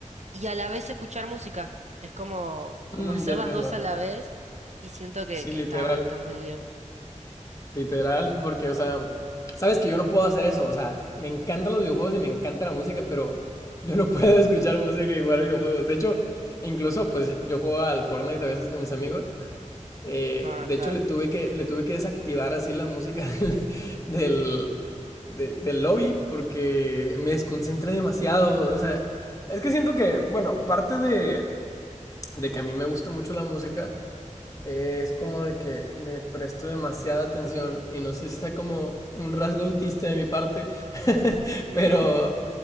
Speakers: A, on the right (about 60°); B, on the left (about 25°).
A: y a la vez escuchar música. Es como, como
B: Mm,
A: <laughs> hacer
B: ya entiendo.
A: las dos a la vez y siento que,
B: Sí,
A: que
B: literal.
A: está, está muy bien.
B: Literal, porque, o sea, sabes que yo no puedo hacer eso, o sea, me encantan los videojuegos y me encanta la música, pero yo no puedo <laughs> escuchar música y jugar
A: <laughs>
B: videojuegos. De hecho, incluso, pues, yo juego al Fortnite a veces con mis amigos. eh,
A: Ah,
B: de
A: claro.
B: hecho, le tuve que, le tuve que desactivar así la música <laughs> del, del, del- del lobby porque me desconcentra demasiado. O sea, es que siento que, bueno, parte de, de que a mí me gusta mucho la música es como de que le presto demasiada atención y no sé si sea como un rasgo autista de mi parte, <laughs>
A: <laughs>
B: pero